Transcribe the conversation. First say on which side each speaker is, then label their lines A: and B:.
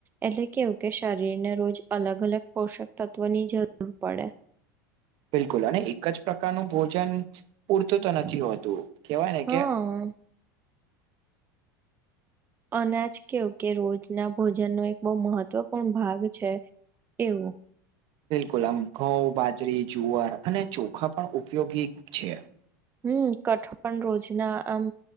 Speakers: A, on the right (about 20°); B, on the right (about 55°).
A: એટલે કેવું કે શરીર ને રોજ અલગ અલગ પોષક તત્વો ની જરૂર પડે.
B: બિલકુલ અને એક જ પ્રકારનું ભોજન પૂરતું તો નથી હોતું. કેહેવાય ને
A: હ
B: કે
A: અનાજ કેવું કે, રોજના ભોજન નો એક બહુ મહત્વપૂર્ણ ભાગ છે એવું
B: બિલકુલ આમ ઘઉ, બાજરી, જુઆર અને ચોખા પણ ઉપયોગી છે.
A: હમ્મ કઠોળ પણ રોજના આમ